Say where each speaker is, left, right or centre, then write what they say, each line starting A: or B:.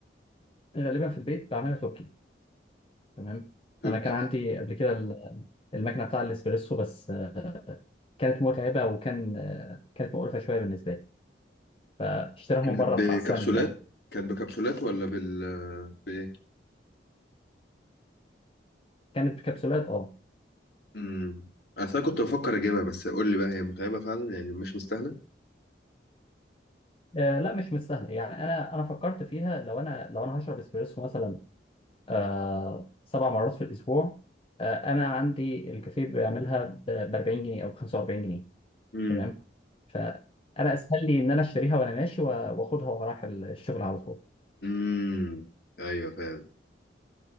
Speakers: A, on the left; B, on the left.
A: غالبا في البيت بعملها تركي تمام
B: تركي
A: انا كان عندي قبل كده ال- المكنه بتاع الاسبريسو بس آه، كانت متعبه وكان آه، كانت مقرفه شويه بالنسبه لي فاشتراها
B: كانت
A: من بره
B: بكبسولات
A: احسن لي يعني
B: كانت بكبسولات ولا بال بإيه؟
A: كانت بكبسولات اه
B: امم أصل أنا كنت بفكر أجيبها بس قول لي بقى هي متعبة فعلا يعني مش مستاهلة؟
A: آه لا مش مستاهله يعني انا انا فكرت فيها لو انا لو انا هشرب اسبريسو مثلا آه سبع مرات في الاسبوع آه انا عندي الكافيه بيعملها ب 40 جنيه او ب 45 جنيه
B: امم
A: تمام فانا اسهل لي ان انا اشتريها وانا ماشي و- واخدها وانا رايح الشغل على طول
B: امم أيوه فاهم